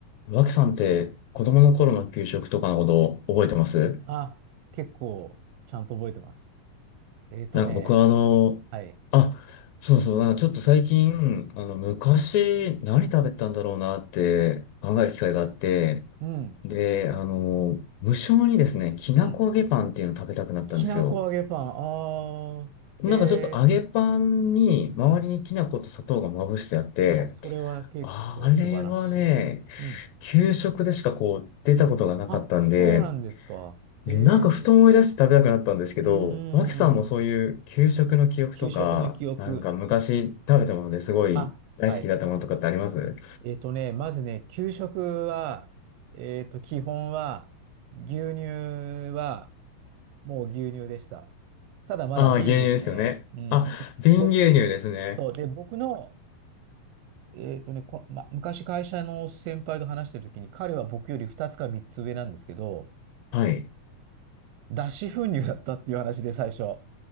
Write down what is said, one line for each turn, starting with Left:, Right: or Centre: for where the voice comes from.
Left: 脇さんって子供の頃の給食とかのこと覚えてます
Right: あ、結構、ちゃんと覚えてます。えーとね、
Left: なんか僕はあの、
Right: はい。
Left: あ、そうそう、なんかちょっと最近、あの、昔何食べたんだろうなって考える機会があって、
Right: うん、
Left: で、あの、無性にですね、きなこ揚げパンっていうのを食べたくなったんですよ。
Right: うん。きなこ揚げパン。あー、
Left: なんかちょっと揚げパンに周りにきな粉と砂糖がまぶしてあって、
Right: へえ、うん。あ、それは結構素晴らしい。
Left: あれはね、
Right: うん。
Left: 給食でしかこう出たことがなかったんで、
Right: あ、そうなんですか。
Left: なんかふと思い出して食べたくなったんですけど、
Right: へえ、うん、う
Left: 脇さんもそういう給食の記憶とか、
Right: んうん。給食の記憶。
Left: なんか昔食べたものですごい大好きだったものとかってあります
Right: あ、はい。えーとね、まずね、給食は、えーと、基本は、牛乳は、もう牛乳でした。ただまだ瓶ですね。
Left: ああー、牛乳ですよね。
Right: うん。
Left: あ、
Right: で、
Left: 瓶牛乳ですね。
Right: ぼそうで僕の、えっとね、こ、ま、昔会社の先輩と話してる時に、彼は僕より2つか3つ上なんですけど、
Left: はい。
Right: 脱脂粉乳だったっていう話で最初。